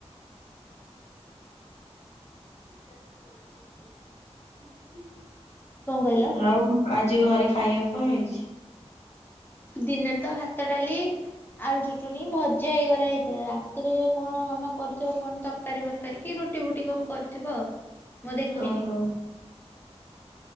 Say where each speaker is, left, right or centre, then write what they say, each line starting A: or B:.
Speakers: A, on the left; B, on the left.
A: <inaudible>
B: କଣ କହିଲ?
A: ଆଉ ଆଜି ଘରେ ଖାଇବାକୁ କଣ ହେଇଛି?
B: ଦିନରେ ତ ହାତ ଡ଼ାଲି ଆଳୁ ଚୁଟୁଣିି ଭଜା ହେଇଗରା ହେଇଥି ଥି ରାତିରେ କଣ ମାମା କରିଥିବ କଣ ତରକାରୀ ବରକାରୀ କି ରୁଟି ଫୁଟି କଣ କରିଥିବ ଆଉ। ମୁଁ ଦେଖିନି
A: ଓହୋ।